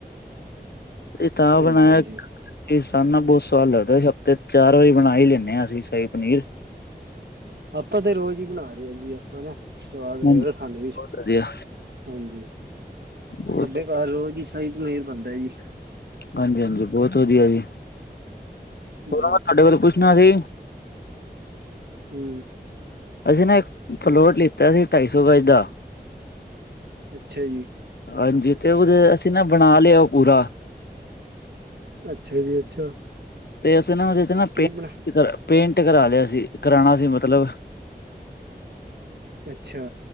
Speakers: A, on the left; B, on the right.
A: ਏ ਤਾਂ
B: ਹਾਂਜੀ
A: ਬਨਾਯਾ
B: ਹਾਂਜੀ
A: ਤੇ ਸਾਨੂੰ ਨਾ ਬੋਤ ਸਵਾਦ ਲੱਗਦੈ, ਹਫ਼ਤੇ 'ਚ ਚਾਰ ਵਾਰੀ ਬਣਾ ਈ ਲੈਂਨੇ ਆਂ ਅਸੀ ਸ਼ਾਹੀ ਪਨੀਰ।
B: ਆਪਾ ਤੇ ਰੋਜ਼ ਈ ਬਣਾਰੇ ਆਜੀ ਆ ਕੋਏ ਨਾ, ਸਵਾਦ
A: ਹਾਂਜੀ
B: ਲਗ <unintelligible> ਸਾਨੂੰ ਵੀ,
A: ਬਹੁਤ ਵਧੀਆ
B: ਆਜੀ
A: ਬਹੁਤ
B: ਸਾਡੇ ਘੱਰ ਰੋਜ ਈ ਸ਼ਾਈ ਪਨੀਰ ਬਣਦਾ ਯੀ
A: ਹਾਂਜੀ-ਹਾਂਜੀ ਬੋਤ ਵਧੀਆ ਜੀ, <unintelligible>
B: ਜੀ
A: ਪੁੱਛਣਾ ਸੀ।
B: ਹੂੰ
A: ਅਸੀ ਨਾ ਇੱਕ ਫਲੋਟ ਲਿੱਤਾ ਸੀ ਢਾਈ ਸੌ ਗਾਜ ਦਾ
B: ਅੱਛਾ ਜੀ।
A: ਆਜੀ ਜਿਧੇ <unintelligible> ਅਸੀਂ ਨਾ ਬਣਾ ਲੇਓ ਪੂਰਾ
B: ਅੱਛਾ ਜੀ ਅੱਛਾ
A: ਤੇ ਅਸੀਂ ਨਾ ਓਦੇ ਤੇ ਨਾ
B: ਕੀ
A: ਪੇ
B: ਬਣਾ
A: ਕਰਾ, ਪੇਂਟ ਕਰਾ ਲੇਆ ਸੀ, ਕਰਾਣਾ ਸੀ ਮਤਲਬ
B: ਅੱਛਾ